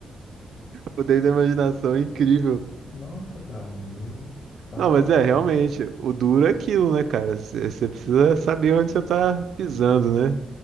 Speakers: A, on the right; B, on the left.
A: Poder da imaginação é incrível.
B: Nossa, cara, eu tava
A: Não, mas
B: lá
A: é,
B: já.
A: realmente, o duro é aquilo, né, cara? Você você precisa saber onde você tá pisando, né?